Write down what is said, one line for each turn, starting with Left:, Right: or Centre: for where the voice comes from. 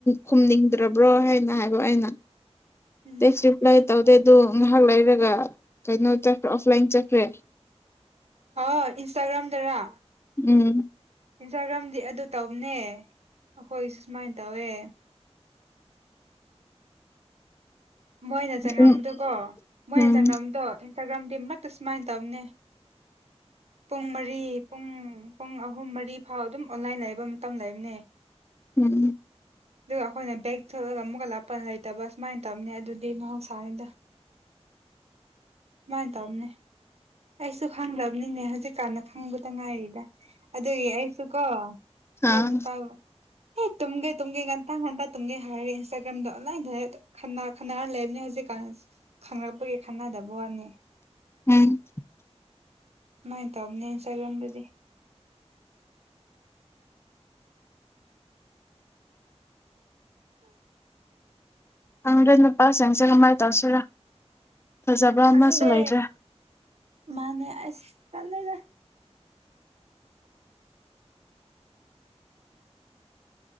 Left: ꯈꯨꯝꯅꯤꯡꯗ꯭ꯔꯕ꯭ꯔꯣ ꯍꯥꯏꯅ ꯍꯥꯏꯕ ꯑꯩꯅ
Right: ꯎꯝ
Left: ꯇꯦꯛꯁ ꯔꯤꯄ꯭ꯂꯥꯏ ꯇꯧꯗꯦꯗꯣ ꯉꯥꯏꯍꯛ ꯂꯩ ꯔꯒ ꯀꯩꯅꯣ ꯆꯠꯈ꯭ꯔ ꯑꯣꯐꯂꯥꯏꯟ ꯆꯠꯈ꯭ꯔꯦ
Right: ꯍꯥ ꯏꯟꯁꯇꯒ꯭ꯔꯝꯗꯥ ꯔꯥ
Left: ꯎꯝ
Right: ꯏꯟꯁꯇꯥꯒ꯭ꯔꯥꯝꯗꯤ ꯑꯗꯨ ꯇꯧꯕꯅꯦ ꯑꯩꯈꯣꯏꯁꯨ ꯁꯨꯃꯥꯏꯅ ꯇꯧꯋꯦ ꯃꯣꯏꯅ ꯆꯪꯉꯝꯕꯗꯨꯣꯀꯣ
Left: ꯎꯝ
Right: ꯃꯣꯏꯅ
Left: ꯎꯝ
Right: ꯆꯪꯉꯝꯕꯗꯣ ꯏꯟꯁꯇꯥꯒ꯭ꯔꯥꯝ ꯃꯇꯠ ꯁꯨꯃꯥꯏꯅ ꯇꯧꯅꯦ ꯄꯨꯡ ꯃꯔꯤ ꯄꯨꯡ ꯄꯨꯡ ꯑꯍꯨꯝ ꯃꯔꯤ ꯐꯥꯎ ꯑꯗꯨꯝ ꯑꯣꯟꯂꯥꯏꯟ ꯂꯩꯕ ꯃꯇꯝ ꯂꯩꯕꯅꯦ
Left: ꯎꯝ
Right: ꯑꯗꯨꯒ ꯑꯩꯈꯣꯏꯅ ꯕꯦꯛ ꯊꯣꯂꯒ ꯑꯃꯨꯛꯀ ꯂꯞꯄ ꯂꯩ ꯇꯕ ꯁꯨꯃꯥꯥꯏ ꯇꯧꯕꯅꯦ ꯃꯍꯧꯁꯥꯅꯤꯗ ꯃꯥꯥꯏꯅ ꯇꯧꯅꯦ ꯑꯩꯁꯨ ꯈꯪꯗꯕꯅꯤꯅꯦ ꯍꯧꯖꯤꯛꯀꯥꯟꯗ ꯈꯪꯕꯗ ꯉꯥꯏꯔꯤꯗ ꯑꯗꯨꯒꯤ ꯑꯩꯁꯨ ꯀꯣ ꯑꯩ
Left: ꯑꯥ
Right: ꯅꯨꯄꯥꯥꯕꯨ ꯑꯦ ꯇꯨꯝꯒꯦ ꯇꯨꯝꯒꯦ ꯉꯟꯇ ꯉꯟꯇ ꯇꯨꯝꯒꯦ ꯍꯥꯏꯔ ꯏꯟꯁꯇꯥꯒ꯭ꯔꯥꯝꯗ ꯑꯣꯟꯂꯥꯏꯟꯗ ꯈꯟꯅ ꯈꯟꯅꯔ ꯂꯩꯔꯕꯅꯤ ꯍꯧꯖꯤꯛ ꯀꯥꯟꯁꯦ ꯈꯪꯂꯛꯄꯒꯤ ꯈꯟꯅꯗꯕ ꯋꯥꯅꯤ
Left: ꯎꯝ
Right: ꯃꯣꯏ ꯇꯕꯅꯦ ꯏꯟꯁꯇꯥꯒ꯭ꯔꯥꯝꯗꯗꯤ
Left: ꯈꯪꯗꯔꯦ ꯅꯨꯄꯥꯁꯤꯡꯁꯦ ꯀꯃꯥꯏꯅ ꯇꯧꯁꯤꯔꯥ ꯐꯖꯕ꯭ꯔꯥ ꯑꯃꯁꯨ
Right: ꯈꯪꯗꯦ
Left: ꯂꯩꯇ꯭ꯔꯦ
Right: ꯃꯥꯅꯦ ꯑꯩꯁ ꯇꯜꯂꯦꯗ